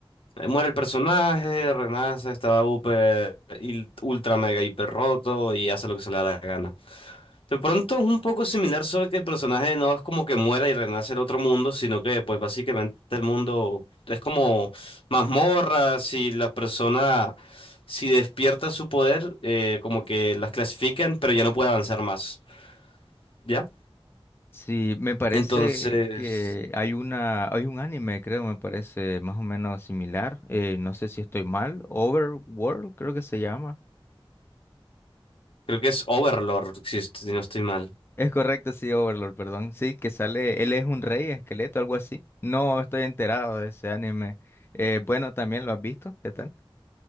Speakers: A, on the left; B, on the left.
A: eh, muere el personaje, renace, está upe- il- ultra mega hiper roto y hace lo que se le da la gana. De pronto es un poco similar, solo que el personaje no es como que muera y renace en otro mundo, sino que pues básicamente el mundo es como mazmorras si la persona si despierta su poder, eh, como que las clasifican, pero ya no puede avanzar más, ¿ya?
B: Sí, me parece
A: Entonces...
B: que hay una, hay un anime, creo, me parece más o menos similar. eh, no sé si estoy mal. Overworld, creo que se llama.
A: Creo que es Overlord, si, est- si no estoy mal.
B: Es correcto, sí, Overlord, perdón. Sí, que sale, él es un rey esqueleto, algo así. No estoy enterado de ese anime. Eh, bueno, también lo has visto, ¿qué tal?